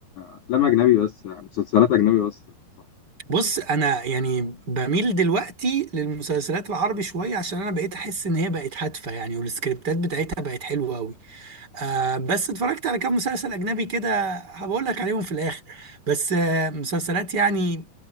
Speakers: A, on the left (about 55°); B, on the right (about 30°).
A: افلام اجنبي بس يعني مسلسلات اجنبي بس صح.
B: بص انا يعني بميل دلوقتي للمسلسلات العربي شويه عشان انا بقيت احس ان هي بقت هادفه يعني والسكريبتات بتاعتها بقت حلوه قوي آه بس اتفرجت على كام مسلسل أجنبي كده هبقول لك عليهم في الآخر بس آه مسلسلات يعني